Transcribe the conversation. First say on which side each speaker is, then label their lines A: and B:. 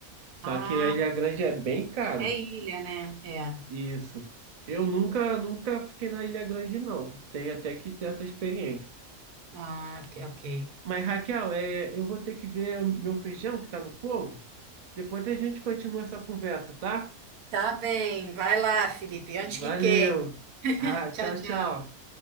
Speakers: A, on the right; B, on the right.
A: Só
B: Ah.
A: que a Ilha Grande é bem caro.
B: É ilha, né? É.
A: Isso. Eu nunca, nunca fiquei na Ilha Grande, não. Tenho até que ter essa experiência.
B: Ah, ok, ok.
A: Mas, Raquel, é, eu vou ter que ver meu feijão que tá no fogo. Depois a gente continua essa conversa, tá?
B: Tá bem. Vai lá, Felipe. Antes
A: Valeu.
B: que queime. <laughs>
A: Tá, tchau,
B: Tchau, tchau.
A: tchau.